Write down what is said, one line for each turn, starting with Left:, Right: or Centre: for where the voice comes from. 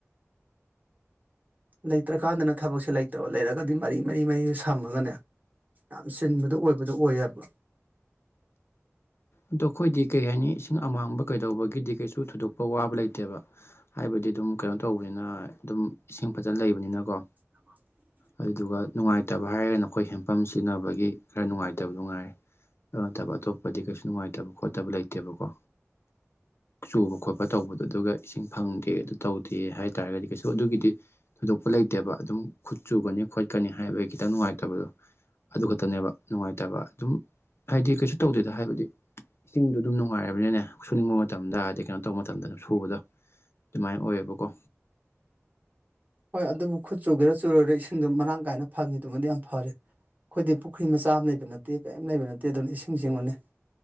Right: ꯂꯩꯇ꯭ꯔꯀꯥꯟꯗꯅ ꯊꯕꯛꯁꯦ ꯂꯩꯇꯕ ꯂꯩꯔꯒꯗꯤ ꯃꯔꯤ ꯃꯔꯤ ꯃꯔꯤ ꯁꯝꯃꯒꯅꯦ ꯌꯥꯝ ꯁꯤꯟꯕꯗꯣ ꯑꯣꯏꯕꯗꯨ ꯑꯣꯏꯌꯦꯕ
Left: ꯑꯗꯣ ꯑꯩꯈꯣꯏꯗꯤ ꯀꯩ ꯍꯥꯏꯅꯤ ꯏꯁꯤꯡ ꯑꯃꯥꯡꯕ ꯀꯩꯗꯧꯕꯒꯤꯗꯤ ꯀꯩꯁꯨ ꯊꯣꯏꯗꯣꯛꯄ ꯋꯥꯕ ꯂꯩꯇꯦꯕ ꯍꯥꯏꯕꯗꯤ ꯑꯗꯨꯝ ꯀꯩꯅꯣ ꯇꯧꯕꯅꯤꯅ ꯑꯗꯨꯝ ꯏꯁꯤꯡ ꯐꯖꯅ ꯂꯩꯕꯅꯤꯅꯀꯣ
Right: <unintelligible>
Left: ꯑꯗꯨꯗꯨꯒ ꯅꯨꯡꯉꯥꯏꯇꯕ ꯍꯥꯏꯔꯒꯅ ꯑꯩꯈꯣꯏ ꯍꯦꯟꯄꯝ ꯁꯤꯖꯤꯟꯅꯕꯒꯤ ꯈꯔ ꯅꯨꯡꯉꯥꯏꯇ ꯂꯩꯇꯕ ꯅꯨꯡꯉꯥꯏꯔꯦ ꯑꯗꯨ ꯅꯠꯇꯕ ꯑꯇꯣꯞꯄꯗꯤ ꯀꯩꯁꯨ ꯅꯨꯡꯉꯥꯏꯇꯕ ꯈꯣꯠꯇꯕ ꯂꯩꯇꯦꯕꯀꯣ ꯆꯨꯕ ꯈꯣꯠꯄ ꯇꯧꯕꯗꯣ ꯑꯗꯨꯒ ꯏꯁꯤꯡ ꯐꯪꯗꯦ ꯑꯗꯨ ꯇꯧꯗꯦ ꯍꯥꯏ ꯍꯥꯏꯇꯥꯥꯔꯒꯗꯤ ꯀꯩꯁꯨ ꯑꯗꯨꯒꯤꯗꯤ ꯊꯣꯏꯗꯣꯛꯄ ꯂꯩꯇꯦꯕ ꯑꯗꯨꯝ ꯈꯨꯠ ꯆꯨꯒꯅꯤ ꯈꯣꯠꯀꯅꯤ ꯍꯥꯏꯕ ꯑꯩ ꯈꯤꯇꯪ ꯅꯨꯡꯉꯥꯏꯇꯕꯗꯣ ꯑꯗꯨ ꯈꯛꯇꯅꯦꯕ ꯅꯨꯡꯉꯥꯏꯇꯕ ꯑꯗꯨꯝ ꯍꯥꯏꯗꯤ ꯀꯩꯁꯨ ꯇꯧꯗꯦꯗ ꯍꯥꯏꯕꯗꯤ ꯏꯁꯤꯡꯗꯣ ꯑꯗꯨꯝ ꯅꯨꯡꯉꯥꯏꯔꯕꯅꯤꯅꯅꯦ ꯁꯨꯅꯤꯡꯕ ꯃꯇꯝꯗ ꯑꯗꯩ ꯀꯩꯅꯣ ꯇꯧꯕ ꯃꯇꯝꯗ ꯑꯗꯨꯝ ꯁꯨꯕꯗꯣ ꯑꯗꯨꯃꯥꯏ ꯑꯣꯏꯌꯦꯕꯀꯣ
Right: ꯍꯣꯏ ꯑꯗꯨꯕꯨ ꯈꯨꯠ ꯆꯨꯒꯦꯔꯥ ꯆꯨꯔꯣꯏꯔꯥ ꯏꯁꯤꯡꯗꯣ ꯃꯔꯥꯡ ꯀꯥꯏꯅ ꯐꯪꯉꯤꯗꯨꯃꯗꯤ ꯌꯥꯝ ꯐꯔꯦ ꯑꯩꯈꯣꯏꯗꯤ ꯄꯨꯈ꯭ꯔꯤ ꯃꯆꯥ ꯑꯃ ꯂꯩꯕ ꯅꯠꯇꯦ ꯀꯦꯝ ꯂꯩꯕ ꯅꯠꯇꯦ ꯑꯗꯨꯅ ꯏꯁꯤꯡ ꯆꯤꯡꯉꯨꯅꯤ